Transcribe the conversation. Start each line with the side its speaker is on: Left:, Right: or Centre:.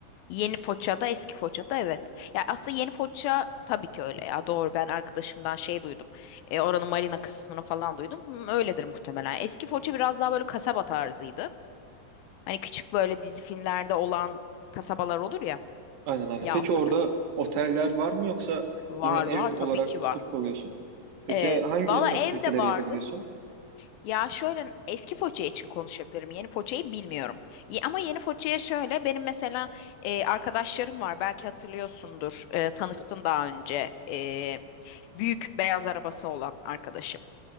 Left: Yeni Foça'da, eski Foça'da evet. Ya aslında Yeni Foça tabii ki öyle ya. Doğru ben arkadaşımdan şey duydum. E, oranın marina kısmını falan duydum. Hmm, Öyledir muhtemelen. Eski Foça biraz daha böyle kasaba tarzıydı. Hani küçük böyle dizi filmlerde olan kasabalar olur ya
Right: Aynen aynen.
Left: yazlık.
Right: Peki orada oteller var mı yoksa
Left: Var
Right: yine ev
Left: var tabii
Right: olarak
Left: ki
Right: tutup
Left: var.
Right: kalıyorsun? Peki
Left: Ee,
Right: hangi
Left: valla
Right: aktiviteleri
Left: ev de vardır.
Right: yapabiliyorsun?
Left: Ya şöyle eski Foça için konuşabilirim. Yeni Foça'yı bilmiyorum. Ye- Ama yeni Foça'ya şöyle benim mesela e, arkadaşlarım var. Belki hatırlıyorsundur. E, tanıştın daha önce. E, büyük beyaz arabası olan arkadaşım.